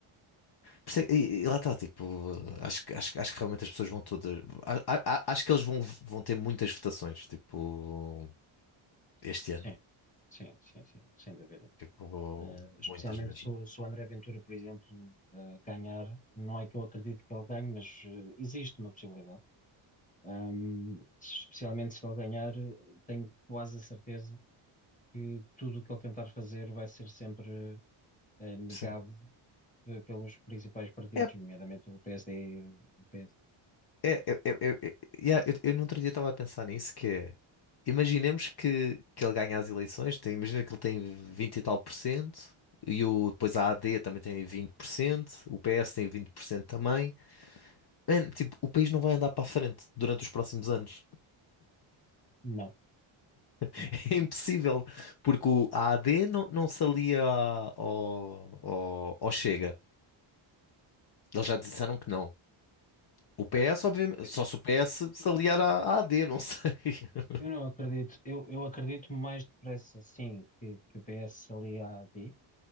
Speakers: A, on the left; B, on the left.
A: Por isso é que- E, e lá está, tipo, acho, que- acho, que- acho que realmente as pessoas vão todas. a- a- a- Acho que eles vão, vão ter muitas votações, tipo, este ano.
B: Sim, sim, sim, sim, sem dúvida.
A: Tipo,
B: Ah, especialmente
A: muitas mesmo.
B: se o se o André Ventura, por exemplo, ah, ganhar, não é que eu acredito que ele ganhe, mas ah, existe uma possibilidade. Ahm, especialmente se ele ganhar, tenho quase a certeza que tudo o que ele tentar fazer vai ser sempre eh, negado
A: Sim.
B: eh, pelos principais partidos,
A: É,
B: nomeadamente o PSD e o PS.
A: é, é, é, é- é- yeah, eu, eu no outro dia estava a pensar nisso, que é. Imaginemos que, que ele ganha as eleições, tem- imagina que ele tem 20 e tal por cento, e o, depois a AD também tem 20 por cento, o PS tem 20 por cento também. Mano, tipo, o país não vai andar para a frente durante os próximos anos.
B: Não. não.
A: <laughs> É impossível, porque o A AD não, não se alia a- ao, ao, ao Chega. Eles já disseram que não. O PS, obviamente,
B: Eu
A: só se o PS se aliar à à AD, não sei. <laughs>
B: eu não acredito, eu, eu acredito mais depressa, sim, que, que o PS se alie à AD,